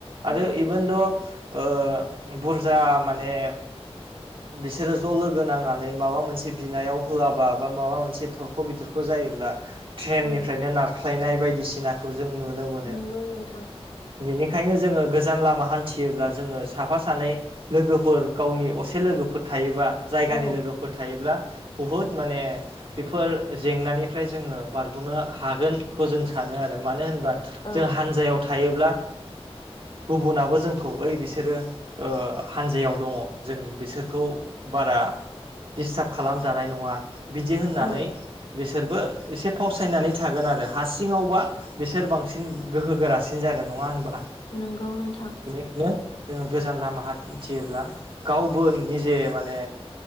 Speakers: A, on the left; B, on the right.
A: औ
B: आरो इभोन द ओ बुरजा माने बिसोरो ज' लोगो नांनानै माबा मोनसे बिनायाव होआबा बा माबा मोनसे थरख' बिथर ख' जायोब्ला थ्रेननिफ्रायनो
A: औ
B: नारख्लायनाय बायदिसिनाखौ जों नुनो मोनो।
A: नंगौ नोंथां
B: बेनिखायनो जोङो गोजान लामा हान्थियोब्ला जोङो साफा सानै लोगोफोर गावनि असे लोगोफोर थायोबा जायगानि
A: औ
B: लोगोफोर थायोब्ला बुहुत माने बेफोर जेंनानिफ्राय जोङो बारग'नो हागोनखौ जों सानो आरो मानो होनबा
A: औ
B: जों हानजायाव थायोब्ला गुबुनाबो जोंखौ ओइ बिसोरो ओ हानजायाव दङ' जों बिसोरखौ बारा डिस्टाब खालामजानाय नङा बिदि होननानै
A: औ
B: बिसोरबो एसे फावसायनानै थागोन आरो हासिङावबा बिसोर बांसिन गोहोगोरासिन सिन जागोन नङा होनबा
A: नोंगौ नोंथां
B: नो जोङो गोजान लामा हान्थियोब्ला गावबो निजे माने